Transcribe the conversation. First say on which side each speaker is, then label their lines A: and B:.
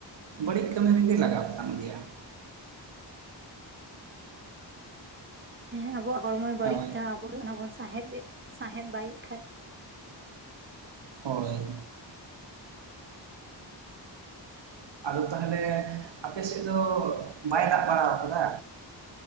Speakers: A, on the right; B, on the right.
A: ᱵᱟᱹᱲᱤᱡ ᱠᱟᱹᱢᱤ ᱨᱮ ᱜᱮ ᱞᱟᱜᱟᱣ ᱠᱟᱱ ᱜᱮᱭᱟ᱾
B: ᱦᱮᱸ ᱟᱵᱚᱣᱟᱜ ᱦᱚᱲᱢᱚᱭ ᱵᱟᱹᱲᱤᱡ
A: ᱦᱳᱭ
B: ᱫᱟ, ᱟᱵᱚ ᱚᱱᱟ ᱵᱚᱱ ᱥᱟᱸᱦᱮᱫ ᱛᱮᱫ ᱥᱟᱸᱦᱮᱫ ᱵᱟᱭᱮᱜ ᱠᱷᱟᱱ᱾
A: ᱦᱳᱭ ᱟᱫᱚ ᱛᱟᱦᱚᱞᱮ ᱟᱯᱮ ᱥᱮᱫ ᱫᱚ ᱵᱟᱭ ᱫᱟᱜ ᱵᱟᱲᱟ ᱠᱟᱫᱟ?